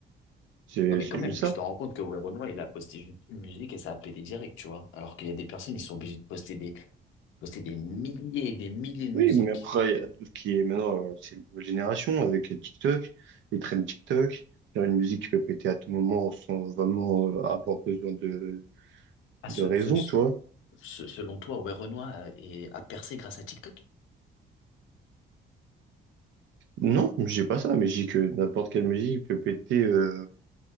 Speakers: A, on the right; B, on the left.
A: C'est,
B: Non mais
A: c'est
B: quand même,
A: juste
B: tu
A: ça.
B: te rends compte que ouais, Renoir, il a posté juste une musique et ça a pété direct, tu vois. Alors qu'il y a des personnes, ils sont obligés de poster des, poster des milliers et des milliers de
A: Oui,
B: musiques.
A: mais après, il y a tout ce qui est maintenant, euh, c'est une nouvelle génération avec TikTok, les trends TikTok, faire une musique qui peut péter à tout moment sans vraiment euh, avoir besoin de,
B: Ah,
A: de
B: ce,
A: raison,
B: ce-
A: tu vois.
B: ce- selon toi, ouais, Renoir a, et a percé grâce à TikTok?
A: Non, j'ai pas ça, mais j'ai que n'importe quelle musique peut péter euh,